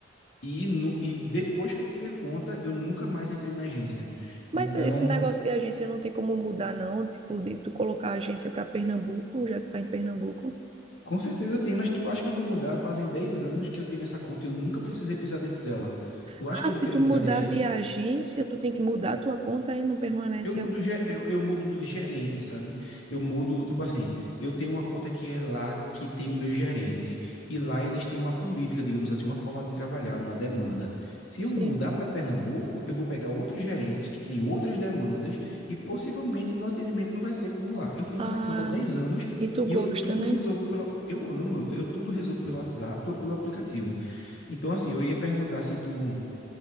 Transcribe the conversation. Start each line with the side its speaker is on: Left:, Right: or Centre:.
Left: e, nu- e depois que eu criei a conta, eu nunca mais entrei na agência.
Right: Mas
Left: Então,
Right: esse negócio de agência não tem como mudar, não? Tipo, de tu colocar a agência para Pernambuco, já que tu tá em Pernambuco.
Left: com certeza tem, mas tu acha que eu vou mudar? Fazem 10 anos que eu tenho essa conta e eu nunca precisei pisar dentro dela. Tu
Right: Ah,
Left: acha que eu vou
Right: se
Left: querer
Right: tu
Left: mudar
Right: mudar
Left: de agência?
Right: de agência, tu tem que mudar a tua conta e não permanece
Left: Eu mudo,
Right: a...
Left: ge- eu, eu mudo de gerente, sabe? Eu mudo, tipo assim, eu tenho uma conta que é lá que tem meus gerentes. E lá eles têm uma política, digamos assim, uma forma de trabalhar, uma demanda. Se eu
Right: Sim.
Left: mudar para Pernambuco, eu vou pegar outros gerentes que têm outras demandas e possivelmente meu atendimento não vai ser como lá. Eu tenho
Right: Ah,
Left: essa conta há 10 anos
Right: e tu
Left: e
Right: gosta,
Left: eu tudo
Right: né?
Left: resolvo pelo. Eu amo, eu, eu tudo resolvo pelo WhatsApp ou pelo aplicativo. Então, assim, eu ia perguntar se tu